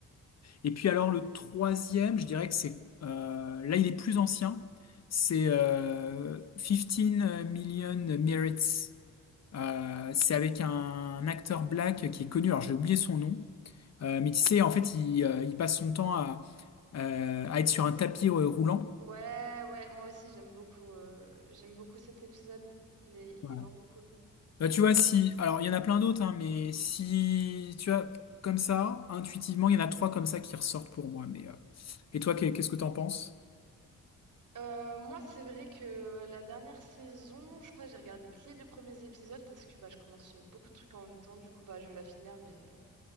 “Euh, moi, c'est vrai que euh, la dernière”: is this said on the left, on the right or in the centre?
Right